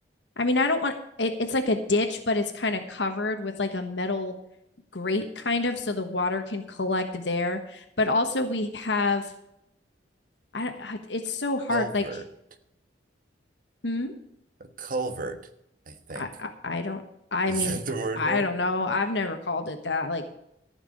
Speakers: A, on the left (about 80°); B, on the right (about 50°).
A: I mean, I don't want it, it's like a ditch, but it's kind of covered with like a metal grate kind of so the water can collect there. But also we have I it's so hard
B: Culvert.
A: like hmm
B: A culvert, I think.
A: I I, I don't I
B: Is
A: mean
B: that the word
A: I
B: for it?
A: don't know. I've never called it that. Like